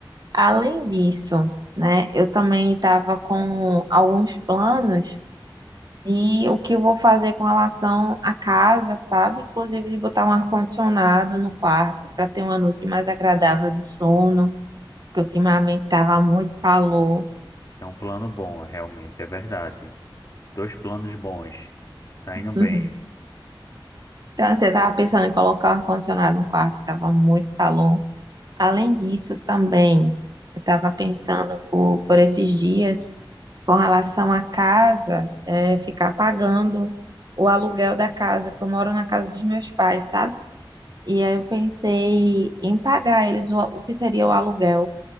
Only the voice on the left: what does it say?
Isso é um plano bom, realmente, é verdade. Dois planos bons. Tá indo bem.